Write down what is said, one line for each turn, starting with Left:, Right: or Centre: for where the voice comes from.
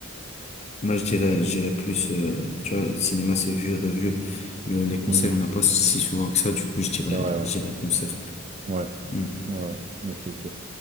Left: Moi, je dirais, je dirais plus, euh, tu vois, le cinéma, c'est vu, revu. Le, les concerts,
Right: Hmm,
Left: il n'y en a pas si souvent que ça. Du coup, je dirais,
Right: c'est vrai, ouais.
Left: je dirais concert.
Right: Ouais,
Left: Mm.
Right: ouais, ouais. ok, ok.